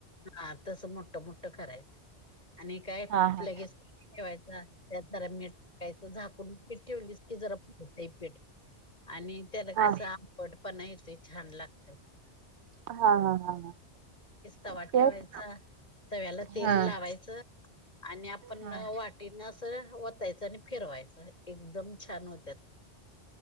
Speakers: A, on the left; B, on the right.
A: हा तसं मोठं मोठं करायचं आणि काय
B: हा हा
A: लगेच ठेवायचा त्यात जरा मीठ टाकायच झाकून पीठ ठेवलीस की जरा फुगतय पीठ आणि त्याला
B: हा
A: कस आबंट पणा येते. छान लागत.
B: हा हा हा हा.
A: तवा
B: तेच
A: ठेवायचा. तव्याला तेल
B: हा
A: लावायच. आणि आपण
B: हा
A: पाठींन अस ओतायचं आणि फिरवायचं. एकदम छान होत्या.